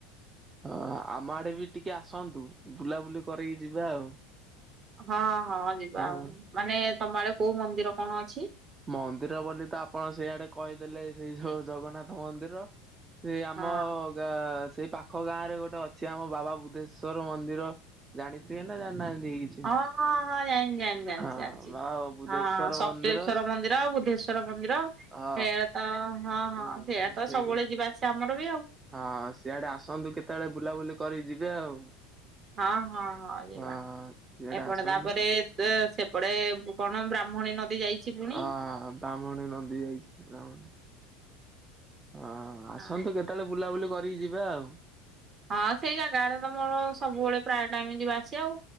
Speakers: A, on the right (about 20°); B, on the right (about 35°).
A: ହଁ ଆମ ଆଡେ ବି ଟିକେ ଆସନ୍ତୁ ବୁଲାବୁଲି କରିକି ଯିବା ଆଉ।
B: ହଁ ହଁ ଯିବା
A: ହଁ
B: ଆଉ ମାନେ ତମ ଆଡେ କୋଉ ମନ୍ଦିର କଣ ଅଛି?
A: ମନ୍ଦିର ବୋଲି ତ ଆପଣ ସେଇଆଡେ କହିଦେଲେ ସେଇ ଯୋଉ ଜଗନ୍ନାଥ ମନ୍ଦିର ସେଇ ଆମ
B: ହଁ
A: ଗାଁ ସେ ପାଖ ଗାଁ ରେ ଗୋଟେ ଅଛି ଆମ ବାବା ବୁଦ୍ଧେଶ୍ଵର ମନ୍ଦିର ଜାଣିଥିବେ ନା ଜାଣିନାହାନ୍ତି? କିଛି
B: ହଁ ହଁ ହଁ। ଜାଣି ଜାଣି ଜାଣି
A: ହଁ
B: ଜାଣିଛି
A: ବାବା
B: ଜାଣିଛି
A: ବୁଧେଶ୍ଵର
B: ହଁ ସପ୍ତେଶ୍ଵର
A: ମନ୍ଦିର
B: ମନ୍ଦିର ଆଉ ବୁଦ୍ଧେଶ୍ଵର ମନ୍ଦିର।
A: ହଁ।
B: ସେଇଆଡ଼େ ତ ହଁ
A: ହୁଁ
B: ହଁ ସେଇଆଡ ତ
A: ସେଇଠି
B: ସବୁବେଳେ ଯିବା ଆସିବା ଆମର ବି ଆଉ।
A: ହଁ ସିଆଡେ ଆସନ୍ତୁ କେତେବେଳେ ବୁଲାବୁଲି କରିକି ଯିବେ ଆଉ।
B: ହଁ ହଁ ହଁ ଯିବା
A: ହଁ ସିଆଡେ
B: ଏପଟେ
A: ଆସନ୍ତୁ
B: ତାପରେ ତା ସେ ସେପଟେ କଣ ବ୍ରାହ୍ମଣୀ ନଦୀ ଯାଇଛି ପୁଣି।
A: ଅ ବ୍ରାହ୍ମଣୀ ନଦୀ ଯାଇଛି ବ୍ରାହ୍ମଣୀ। ହଁ ଆସନ୍ତୁ
B: ହଁ
A: କେତେବେଳେ ବୁଲାବୁଲି କରିକି ଯିବା ଆଉ।
B: ହଁ ସେଇ ଜାଗାଆଡେ ତ ମୋର ସବୁବେଳେ ପ୍ରାୟ ଟାଇମ ଯିବା ଆସି ଆଉ